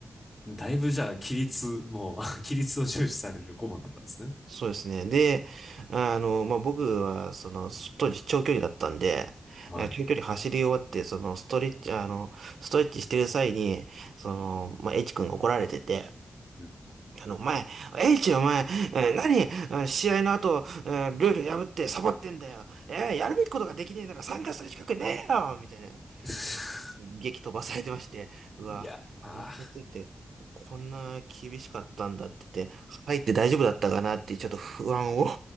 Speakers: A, on the left (about 30°); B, on the right (about 80°).
A: だいぶじゃあ、規律、もう、<laughs> 規律を重視される顧問だったんですね。
B: そうですね。で、あの、まあ、僕は、その、す当時長距離だったんで、
A: はい。
B: えー長距離走り終わって、その、ストレッチ、あの、ストレッチしてる際に、その、まあ、H 君が怒られてて、
A: うん
B: あの、お前、H お前、えー何、えー試合の後、えールール破ってサボってんだよ。えーやるべきことができねえなら参加する資格ねえよみたいな。
A: <laughs>
B: 激飛ばされてまして、うわ、
A: いや、
B: あの先生ってこんな厳しかったんだって言って、
A: あ
B: 入って大丈夫だったかなってちょっと不安を